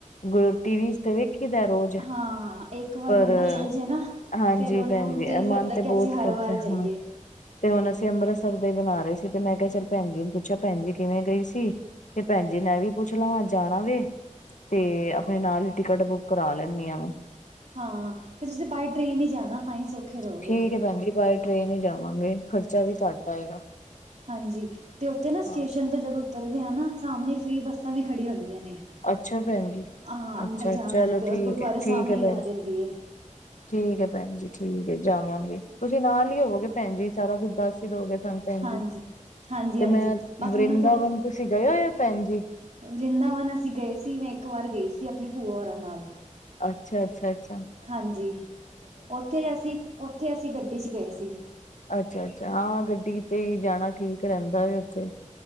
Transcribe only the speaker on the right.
ਹਾਂ ਹਾਂ ਇੱਕ ਵਾਰ
ਬੰਦਾ ਚੱਲ ਜੇ ਨਾ
ਫੇਰ ਉਹਨੂੰ
ਦਿਲ ਕਰਦਾ
ਕਿ ਅਸੀਂ
ਹਰ
ਵਾਰ ਜਾਈਏ
ਹਾਂ, ਤੇ ਤੁਸੀਂ ਬਾਏ ਟ੍ਰੇਨ ਹੀ ਜਾਣਾ, ਤਾਂ ਹੀ ਸੌਖੇ ਰਹੋਗੇ
ਹਾਂਜੀ, ਤੇ ਉਥੇ ਨਾ
ਸਟੇਸ਼ਨ ਤੋਂ ਜਦੋ ਉਤਰਦੇ ਆ ਨਾ, ਤਾਂ ਸਾਹਮਣੇ ਫ੍ਰਰੀ ਬੱਸਾਂ ਵੀ, ਖੜੀਆਂ ਹੁੰਦੀਆਂ ਨੇ ਹਾਂ,
ਅੰਦਰ
ਜਾਣ
ਵਾਸਤੇ,
ਉਹ ਗੁਰਦੁਆਰੇ
ਸਾਹਮਣੇ
ਹੀ
ਲਾ
ਦਿੰਦੀ ਏ
ਹਾਂਜੀ।
ਹਾਂਜੀ-ਹਾਂਜੀ
ਬਸ
ਮੈਨੂੰ
ਵ੍ਰਿੰਦਾਵਨ ਅਸੀ ਗਏ ਸੀ। ਮੈ ਇਕ ਵਾਰ ਗਈ ਸੀ, ਆਪਣੇ ਭੂਆ ਔਰਾਂ ਨਾਲ
ਹਾਂਜੀ, ਉਥੇ ਅਸੀ-ਉਥੇ ਅਸੀ, ਗੱਡੀ 'ਚ ਗਏ ਸੀ।